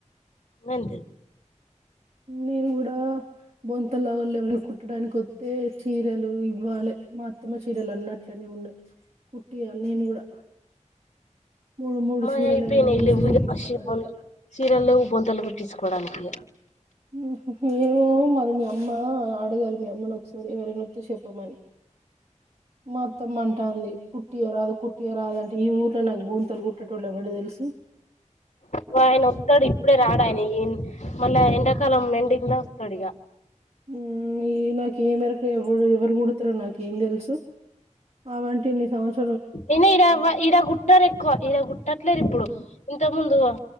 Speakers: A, on the left; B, on the right.
A: నందిన్
B: నేను కూడా బొంతల వాళ్ళువరన కుట్టడానికి ఒత్తే చీరలు ఇవ్వాలె, మా అత్తమ్మ చీరలు అన్నట్లనే ఉన్నయ్, కుట్టియాలె నేను కూడా. మూడు మూడు
A: మాయైపోనై
B: చీరలు ఏమో వేసి
A: లెవ్వు,
B: కుట్టిస్తారంట
A: <unintelligible> చీరల్ లెవ్వు బొంతలు కుట్ తీస్కోడానికే
B: ఉహ్ హ్మ్ ఏ మో మీ అమ్మ ఆ అడగాలె మీ అమ్మని ఒకసారి ఎవరైన వత్తే షెప్పమని. మా అత్తమ్మ అంటాంది కుట్టియ్య రాదు కుట్టియ్య రాదు అంటే, ఈ ఊర్ల నాకు బొంతలు కుట్టేటోళ్లు ఎవడు తెలుసు. గఉం
A: ఒ ఆయన ఒత్తడు, ఇప్పుడే రాడాయన ఈన్ మొన్నా ఎండకు కలం మెండింగ్లా ఒస్తడిగా.
B: ఊమ్ ఈమెకు ఏం ఎరక ఎవడు ఎవరు కుడతరో నాకేందెలుసు, అవం ఇన్ని సంవస్
A: ఏనీ ఇడ ఎవ్వ ఇడ కుట్టరు ఎక్కువ ఇడ కుట్టట్లేదు ఇప్పుడు. ఇంతకు ముందు ఆ